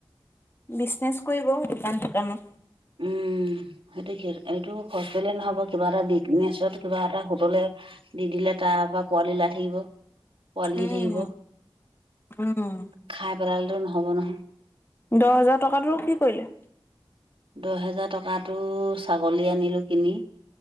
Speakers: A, on the left; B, on the right.
A: বিজনেচ কৰিব দোকান চোকানত।
B: উম। সেইটো কি এইটো হস্পিেল নহ'ব, কিবা এটা বিজনেচত, কিবা এটা হোটলে দি দিলে তাৰ পৰা পোৱাললি ওলাই থাকিব, পোৱালি
A: উম,
B: দি থাকিব।
A: উম।
B: খাই পেলালেতো নহ'ব নহয়।
A: দহ হাজাৰ টকাটো কি কৰিলে?
B: দহ হেজাৰ টকাটো ছাগলী আনিলোঁ কিনি,